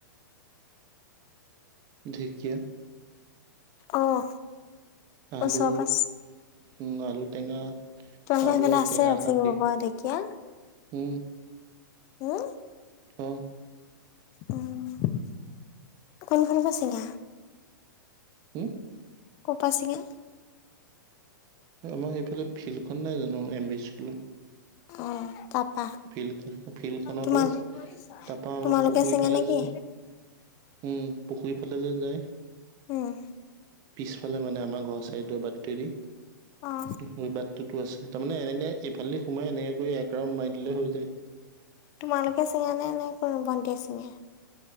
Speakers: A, on the right; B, on the left.
A: ঢেকিয়া।
B: অ'।
A: আলু,
B: ওচৰ পাছ
A: উম' আলু টেঙা।
B: তোমালোকৰ
A: আলু
B: সেইফালে
A: আৰু
B: আছে
A: টেঙা শাক
B: ছিঙিব
A: দি
B: পৰা ঢেঁকীয়া?
A: উম।
B: উম।
A: অ
B: উম, কোনফালৰ পা চিঙা?
A: হম?
B: ক'পা ছিঙা?
A: আমাৰ সেইফালে ফিল্ডখন নাই জানো, এম ভি স্কুলত?
B: অ', তাত
A: ফিল্ড ফিল্ডখনতো
B: তোমাৰ, তোমা-তোমালোকে
A: তাৰপা আমাৰ পুখুৰী
B: চিঙা
A: ফালে
B: নে
A: যে
B: কি?
A: উম, পুখুৰীৰ ফালে যে যায়।
B: উম।
A: পিছফালে মানে আমাৰ ঘৰৰ চাইডৰ বাট তোৱেদি,
B: অ
A: <unintelligible> বাট তাতো আছে, তাৰমানে এনেকে এইফালে সোমাই এনেকে কৰি এক ৰাউণ্ড মাৰি দিলে হৈ যায়।
B: তোমালোকে চিঙা নে, নে কোনো ভণ্টিয়ে ছিঙে?